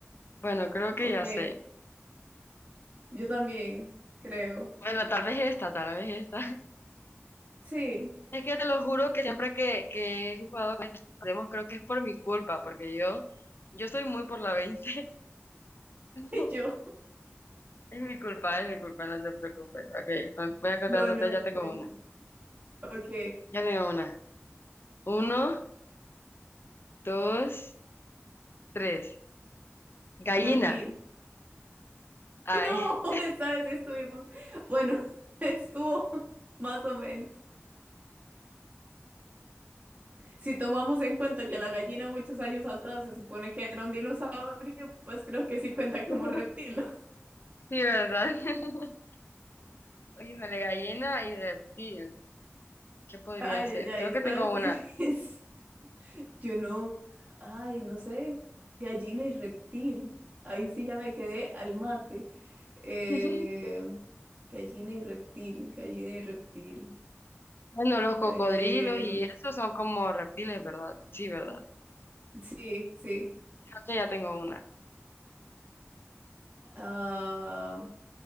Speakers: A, on the left; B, on the right.
A: Bueno, creo que
B: Ok,
A: ya sé.
B: yo también, creo.
A: Bueno, tal vez esta, tal vez esta. <laughs>
B: Sí,
A: Es que te lo juro que siempre que, que he jugado con estos demos, creo que es por mi culpa, porque yo, yo soy muy por la veinte <laughs> No,
B: <laughs> yo.
A: Es mi culpa, es mi culpa, no te preocupes. Ok, con- voy a contar
B: No,
A: hasta
B: no,
A: tres, ya tengo
B: tranqui.
A: una.
B: Ok,
A: Ya tengo una. Uno, dos, tres. Gallina.
B: reptil.
A: Ay.
B: No, <laughs> esta vez sí estuvimos. Bueno, <laughs> estuvo más o menos. Si tomamos en cuenta
A: Sí,
B: que la gallina muchos años atrás se supone que era un dinosaurio, pues creo que sí cuenta
A: <laughs>
B: como reptil.
A: Sí, ¿verdad? <laughs> Híjole, gallina y reptil. ¿Qué
B: <laughs>
A: podría
B: Ay,
A: ser?
B: ay, ay,
A: Creo
B: esta
A: que tengo
B: vez
A: una.
B: sí. <laughs> Yo no, ay, no sé, gallina y reptil. Ahí sí ya me quedé al mate. Eh,
A: <laughs>
B: gallina y reptil, gallina y reptil.
A: Bueno, los cocodrilos
B: Eh,
A: y eso son como reptiles, ¿verdad? Sí, ¿verdad?
B: sí, sí.
A: Creo que ya tengo una.
B: Ah,